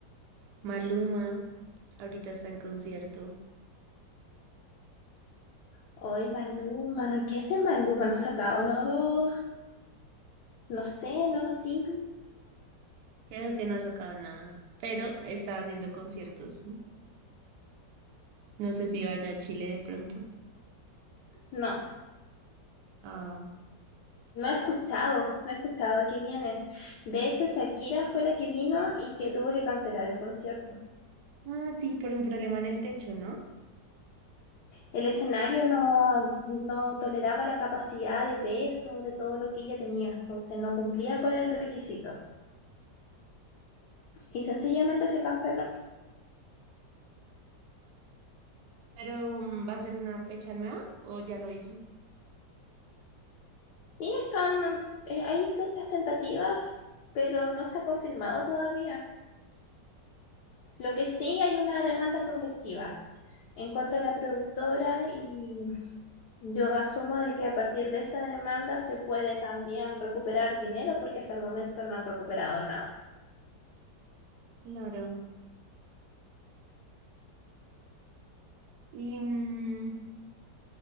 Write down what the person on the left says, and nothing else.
Hoy Maluma, ¿qué es de Maluma? No ha sacado nuevo, no sé, nuevo single.
No,
no he escuchado, no he escuchado de qué viene. De hecho, Shakira fue la que vino y que tuvo que cancelar el concierto.
El escenario no, no toleraba la capacidad de peso de todo lo que ella tenía, entonces no cumplía con el requisito y sencillamente se canceló.
Y están, eh, hay fechas tentativas, pero no se ha confirmado todavía. Lo que sí hay una demanda colectiva en contra de la productora y yo asumo de que a partir de esa demanda se puede también recuperar dinero porque hasta el momento no han recuperado nada.